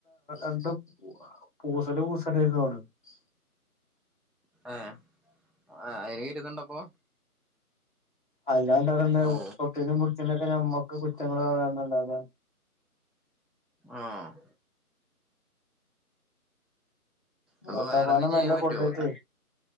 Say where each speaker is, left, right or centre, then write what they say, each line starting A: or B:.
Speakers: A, on the left; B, in the centre.
A: ണ്ടും പൂസല് <unintelligible>
B: ഏ ആ അയിനേറ്റ് കണ്ടപ്പോ
A: അല്ലാന്താണ് വ്ടെണ്ടാകും
B: ഓ
A: തൊട്ടേനും പിടിച്ചേനൊക്കെ ഞമ്മക്ക് കുറ്റങ്ങൾ താണ്ടാക
B: ആഹ്
A: മൂത്താപാനെ
B: അപ്പൊ വേറെന്നും
A: മെല്ലെ
B: ചെയ്യാൻ പറ്റുവോ
A: കൊണ്ടയിട്ടേ